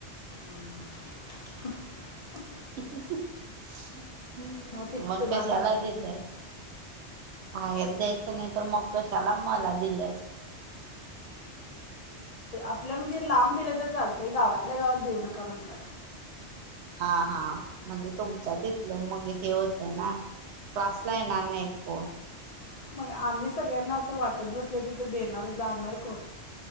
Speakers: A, on the left (about 50°); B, on the right (about 75°).
A: <inaudible> <inaudible>
B: <unintelligible> हम्म!
A: ते
B: मग
A: तुला
B: कशाला
A: सांगाल
B: दिल्यास? आहेर द्यायचं नाही तर मग कशाला मला दिल्यास?
A: आपलं म्हणजे लांब दिलं तर चालतंय गावातल्या गावात देऊ नका म्हणल्यात
B: हा-हा म्हणजे तुमच्या तिथलं मग हे होतंय ना. क्लासला येणार नाहीत कोण.
A: <inaudible> नाही आम्ही सगळ्यांना असं वाटत बसलं तर देणार जाणार कोण?